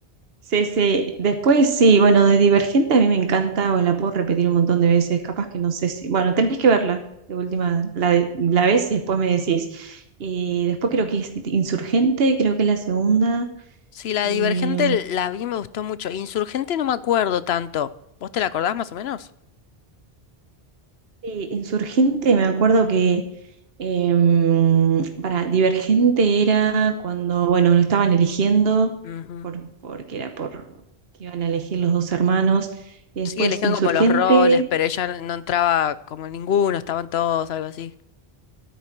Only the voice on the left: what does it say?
Sí, la
Divergente la vi, me gustó mucho. Insurgente no me acuerdo tanto. ¿Vos te la acordás más o menos?
Ujú.
Sí, elegían
como los roles, pero ella no no entraba como en ninguno, estaban todos, algo así.